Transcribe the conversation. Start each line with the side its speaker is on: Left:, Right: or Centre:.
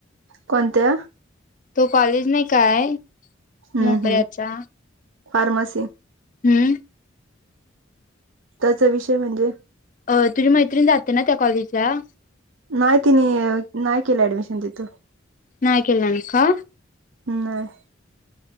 Right: कोणत्या?
Left: तो कॉलेज नाही काय.
Right: हम्म
Left: मोपळ्याचा
Right: हम्म फार्मसी
Left: हम्.
Right: त्याचा विषय म्हणजे
Left: अ. तुझी मैत्रिण जाते ना त्या कॉलेजला.
Right: नाही तिने. नाही केलं ऍडमिशन तिथं.
Left: नाय केल नाही. का?
Right: नाय.